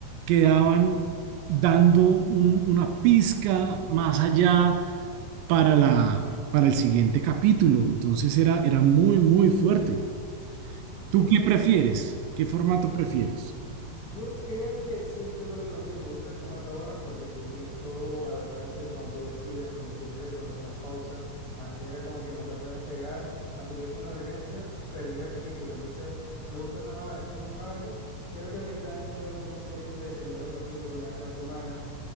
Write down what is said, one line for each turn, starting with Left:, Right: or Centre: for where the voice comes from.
Right: quedaban dando un- una pizca más allá para la, para el siguiente capítulo. Entonces era, era muy, muy fuerte. ¿Tú
Left: Sí.
Right: qué prefieres? ¿Qué formato prefieres?
Left: Yo creo que sí estoy de acuerdo contigo, me gusta el formato ahora porque tú tienes todo al alcance cuando tú decidas, cuando quieres ver, cuando pongas pausa. Antes era como que no te puedes pegar, así si tuviese una emergencia, perdías el capítulo. Entonces me gusta más ahora, sin embargo, creo que lo que están haciendo algunas series de estrenar un capítulo una vez a la semana.